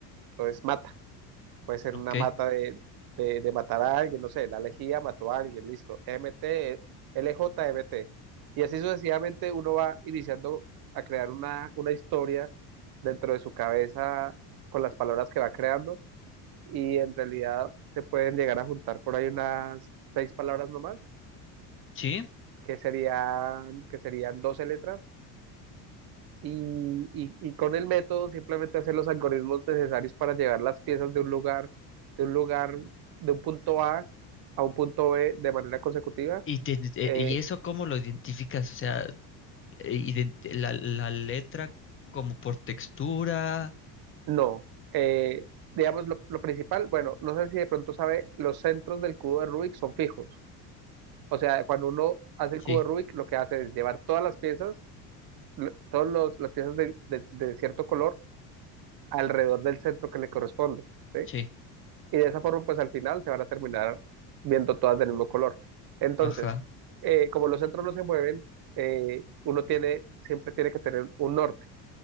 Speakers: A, on the right; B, on the left.
A: entonces mata puede ser
B: Ok.
A: una mata de, de, de matar a alguien, no sé, la lejía mató a alguien, listo, M T L J M T Y así sucesivamente uno va iniciando a crear una, una historia dentro de su cabeza con las palabras que va creando y en realidad se pueden llegar a juntar por ahí unas seis palabras nomás,
B: Sí.
A: que serían, que serían 12 letras y, y- y con el método simplemente hacer los algoritmos necesarios para llevar las piezas de un lugar, de un lugar, de un punto A a un punto B de manera consecutiva?
B: ¿Y, te- eh,
A: Eh,
B: y eso cómo lo identificas? O sea, eh, ident- la, la letra como por textura.
A: no. Eh, digamos, lo, lo principal, bueno, no sé si de pronto sabe, los centros del cubo de Rubik son fijos. O sea, cuando uno hace el
B: Sí.
A: cubo de Rubik, lo que hace es llevar todas las piezas, lo- todas los- las piezas de, de- de cierto color alrededor del centro que le corresponde, ¿sí?
B: Sí.
A: y de esa forma pues al final se van a terminar viendo todas del mismo color. Entonces,
B: Ajá.
A: eh, como los centros no se mueven, eh, uno tiene, siempre tiene que tener un norte.